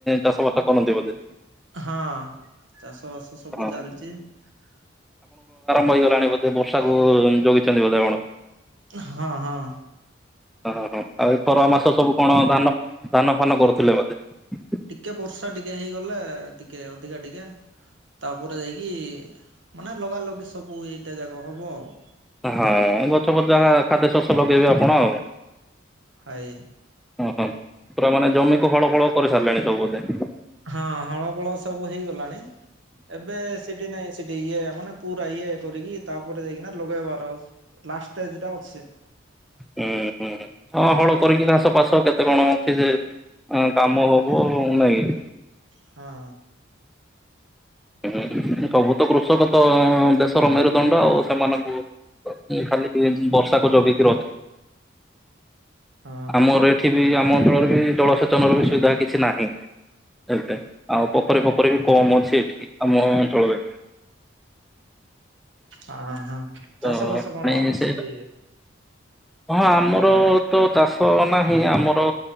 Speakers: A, in the centre; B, on the right.
A: ଚାଷ ବାସ କରନ୍ତି ବୋଧେ ।
B: ହଁ ଚାଷ ବାସ ସବୁ
A: ହଁ
B: ଚାଲିଛି ।
A: ମଇଗଲାଣି ବୋଧେ ବର୍ଷାକୁ ଜଗିଛନ୍ତି ବୋଧେ ଆଣ
B: ହଁ ହଁ
A: ଓ ହୋ ଆଉ ଏଇ ଖର ମାସ ସବୁ କଣ ଧାନ ଧାନ ଫାନ କରୁଥିଲେ ବୋଧେ ।
B: ଟିକେ ବର୍ଷା ଟିକେ ହେଇଗଲେ ଟିକେ ଅଧିକା ଟିକେ ତାପରେ ଯାଇକି ମାନେ ଲଗାଲଗା ସବୁ ଏଇଟା ଯାଗ ହବ ।
A: ହଁ ଗଛ ପଚଯାହା ଖାଦ୍ୟ ଶସ୍ୟ ଲଗେଇବେ ଆପଣ ଆଉ
B: ହାଏ
A: । ଓ ପୁରା ମାନେ ଜମିକୁ ହଳ ଫଳ କରି ସାରିଲାଣି ସବୁ ବୋଧେ ।
B: ହଁ ହଳ ବଳ ସବୁ ହେଇଗଲାଣି ଏବେ ସେଠି ନାଇଁ ସେଠି ଇଏ ମାନେ ପୁରା ଇଏ କରିକି ତାପରେ ଯାଇକିନା ଲଗେଇବାର ଲାଷ୍ଟ ଷ୍ଟେଜ୍ ଟା ଅଛି।
A: ହୁଁ ହୁଁ ହଁ ହଳ କରିକି ଘାସ ଫାସ କେତେ କଣ ଅଛି ସେ ହ କାମ ହଗୁ ନାହିଁ କି?
B: ହଁ।
A: <inaudible> ସବୁ ତ କୃଷକ ତ ଦେଶର ମେରୁଦଣ୍ଡ ଆଉ ସେମାନଙ୍କୁ ଖାଲି ଟିକେ ବର୍ଷାକୁ ଜଗିକିରି ଅଛ
B: ହଁ
A: ଆମର ଏଠି ବି ଆମ ଅଞ୍ଚଳରେ ବି ଜଳସେଚନର ବି ସୁବିଧା କିଛି ନାହିଁ। ଏତେ ଆଉ ପୋଖରୀ ଫୋଖରୀ ବି କମ ଅଛି ଏଠି ଆମ ଅଞ୍ଚଳରେ।
B: ହଁ ହଁ
A: ତ
B: ଚାଷ ବାସ କଣ
A: ପାଣି ସେ
B: ସେଠି?
A: ହଁ ଆମର ତ ଚାଷ ନାହିଁ ଆମର